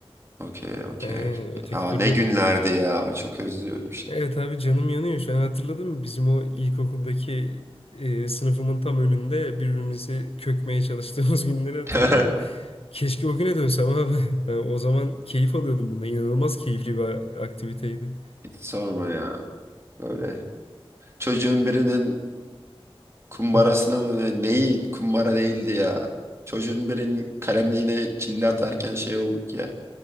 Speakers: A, on the right; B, on the left.
A: Okey okey.
B: Ee, öteki
A: Ya
B: türlü.
A: ne günlerdi ya. Çok özlüyorum şimdi.
B: Evet abi canım yanıyor şu an hatırladım. Bizim o ilkokuldaki e, sınıfımın tam önünde birbirimizi kökmeye çalıştığımız <laughs> günleri hatırladın
A: <laughs>
B: mı? Keşke o güne dönsem abi. <laughs> Ben o zaman keyif alıyordum bunda İnanılmaz keyifli bir aktiviteydi.
A: Hiç sorma ya. Böyle çocuğun birinin kumbarasına
B: <laughs>
A: mı ne- neyi kumbara değildi ya. Çocuğun birinin kalemliğine çille atarken şey olduk ya.